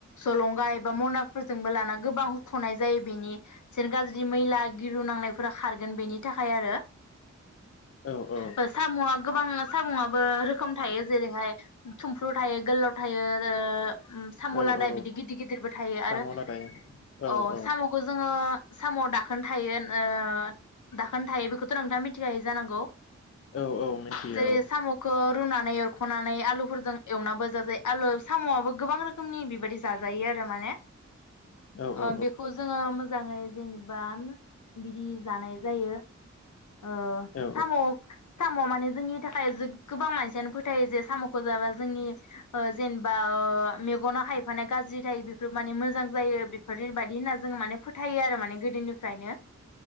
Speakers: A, on the left; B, on the left.
A: जलंगा एबा मनाफोरजोंबो लाना गोबा हुखनाय जायो बेनि जेन गाज्रि मैला गिहु नांनायफोरा खारगोन बेनि थाखाय आरो।
B: औ औ।
A: साम'आ गोबां सामुआबो रोखोम थायो जेरैहाय थुमफ्रु थायो गोलाव थायो ओ उम सामु
B: औ
A: लादाय
B: औ
A: बि गिदिर गिदिरबो थायो
B: साम'
A: आरो
B: लादाय औ
A: अ
B: औ
A: सामुखौ जोंङो साम' दाखोन थायो ओ दाखोन थायो बेखौ नोंथांङा मिथिखायो जानांगौ
B: औ औ मिथियो
A: जेरै साम'खो रुनानै एरखनानै आलुफोरजों एवनाबो जाजायो आलु साम'आबो गोबां रोखोमनि बेबायदि जायो आरो माने
B: औ
A: ओ
B: औ
A: बेखौ जोंङो मो मोजांङै जेने बा बिदि जानाय जायो ओ
B: औ
A: साम' साम' माने जोंनि नि थाखाय जो गोबां मानसियानो फोथायो जे साम'खौ जाबा जोंनि ओ जेनेबा ओ मेगनाव हाय माने गाज्रि जायो बेफोर माने मोजां जायो बेफोरबायदि होनना जोंङो माने फोथायो आरो माने गोदोनिफ्रायनो